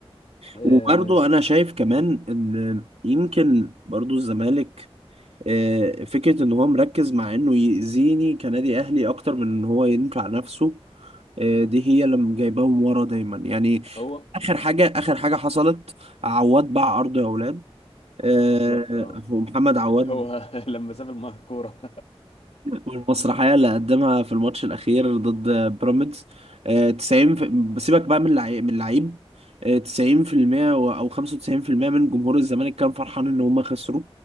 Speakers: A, on the left; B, on the right.
A: آه،
B: وبرضو انا شايف كمان ان يمكن برضو الزمالك آه، فكرة ان هو مركز مع انه يأذيني كنادي اهلي اكتر من ان هو ينفع نفسه آه، دي هي اللي جايباهم ورا دايما يعني
A: هو
B: اخر حاجة اخر حاجة حصلت عواد باع ارضه يا اولاد آه،
A: بالظبط اه
B: ومحمد عواد
A: اللي هو <laughs> لما ساب الكوره
B: والمسرحية اللي قدمها في الماتش الأخير ضد بيراميدز آه، 90 في... بسيبك بقى من اللعيب من اللعيب آه، 90% و- أو 95% من جمهور الزمالك كان فرحان إن هم خسروا